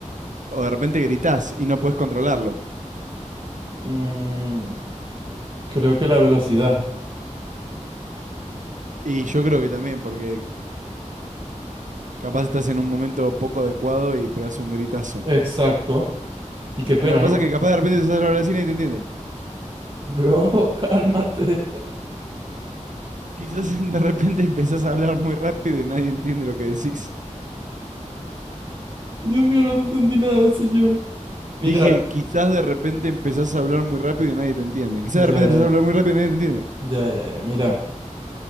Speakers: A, on the right (about 75°); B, on the right (about 40°).
A: o de repente gritás y no puedes controlarlo.
B: Mm, creo que la velocidad.
A: Y yo creo que también, porque capaz estás en un momento poco adecuado y pegás un gritazo.
B: Exacto. Y qué pena,
A: Lo que pasa
B: ¿no?
A: es que capaz de repente te sale la vecina y nadie te entiende.
B: Bro, <laughs> cálmate.
A: Quizás <laughs> de repente empezás a hablar muy rápido y nadie entiende lo que decís.
B: Dios mío, no te entendí nada, señor.
A: Dije,
B: Mira,
A: quizás de repente empezás a hablar muy rápido y nadie te entiende. Quizás
B: ya,
A: de repente
B: ya,
A: empezás a hablar muy rápido y nadie te entiende.
B: ya, ya, ya, mira.